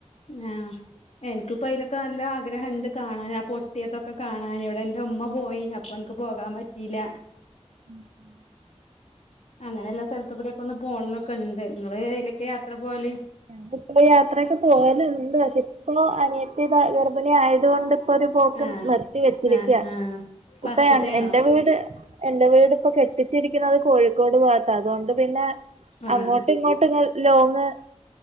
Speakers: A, on the left; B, on the right.
A: ആഹ് എനിക്കിപ്പയ്ലക്കെ നല്ല ആഗ്രഹണ്ട് കാണാന് ആ പൊട്ടിയതൊക്കെ കാണാന് ഇവിടെന്റുമ്മ പോയിനി അപ്പൊനക്ക് പോകാൻ പറ്റീല്ല
B: <inaudible>
A: അങ്ങനെള്ള സ്ഥലത്തു കൂടിയെക്കൊന്ന് പോണംന്നൊക്കെണ്ട് നിങ്ങള് എയ്ലേക്കെ യാത്ര പോവല്
B: <unintelligible> യാത്രയൊക്കെ പോവല്ണ്ട് പക്ഷെപ്പോ അനിയത്തി സ ഗർഭിണി ആയത് കൊണ്ട് ഇപ്പോരു പോക്ക്
A: ആഹ്
B: നിർത്തി വെച്ചിരിക്കയ
A: ആഹ് ആഹ് ഫസ്റ്റ്ത്തെയാണോ
B: ഇപ്പ എന്റെ വീട് എന്റെ വീട്പ്പോ കെട്ടിച്ചിരിക്കുന്നത് കോഴിക്കോട് ഭാഗത്താതുകൊണ്ട് പിന്നെ
A: ആഹ്
B: അങ്ങോട്ടും ഇങ്ങോട്ട്ങ്ങ ലോങ്ങ്